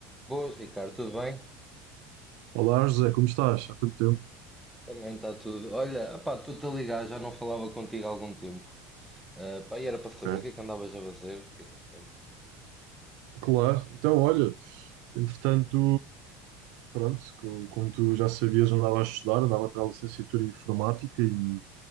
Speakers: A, in the centre; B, on the right.
A: Boas, Ricardo, tudo bem?
B: Olá, José, como estás? Há quanto tempo?
A: Também está tudo. Olha, opá, estou-te a ligar, já não falava contigo há algum tempo. Ah, pá, e era para saber
B: Ok.
A: o que é que andavas a fazer, o que é que é feito.
B: Claro, então olha, entretanto, pronto, co- como tu já sabias, andava a estudar, andava a tirar a licenciatura em informática e